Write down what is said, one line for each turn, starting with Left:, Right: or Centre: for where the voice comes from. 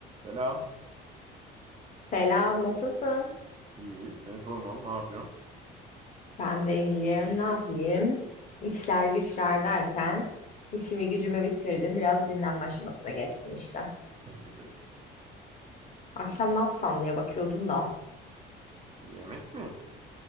Right: Selam.
Left: Selam, nasılsın?
Right: İyi. Seni sormalı. Ne yapıyorsun?
Left: Ben de iyiyim, ne yapayım? İşler güçler derken işimi gücümü bitirdim. Biraz dinlenme aşamasına geçtim işte.
Right: En güzeli.
Left: Akşam ne yapsam diye bakıyordum da.
Right: Yemek mi?